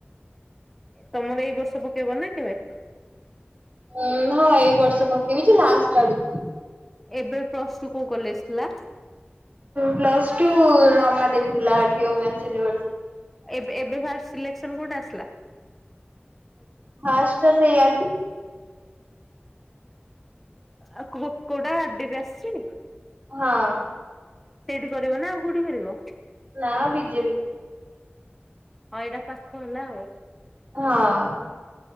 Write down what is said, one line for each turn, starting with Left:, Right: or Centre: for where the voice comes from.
Centre: ତମର ଏଇ ବର୍ଷ ପକେଇବ ନା କେବେ
Right: ଉଁ ହଁ ଏଇ ବର୍ଷ ପକେଇବି ଯେ ଲାଷ୍ଟ ଆଡ଼କୁ
Centre: ଏବେ ପ୍ଲସ୍‌ଟୁ କୋଉ କଲେଜ ଥିଲା
Right: ପ୍ଲସ ଟୁ ରମା ଦେବୀ ଥିଲା ଆର ଡି ଓ ମେନସ୍ ୟୁନିଭରସି
Centre: ଏବେ ଏବେ ଫାଷ୍ଟ ସିଲେକ୍ସନ କୋଉଟା ଆସିଲା
Right: ଫାଷ୍ଟ ଟା ସେଇ ଆର୍ଡ
Centre: ଆଉ କୁକୁଡ଼ା ଆଦ ବି ଆସିଛି
Right: ହଁ
Centre: ସେଇଠି କରିବ ନା ଆଉ କୋଉଠି କରିବ
Right: ନା ବିଜେବି
Centre: ହଁ ଏଇଟା ପାଖ ହେଲା ଆଉ
Right: ହଁ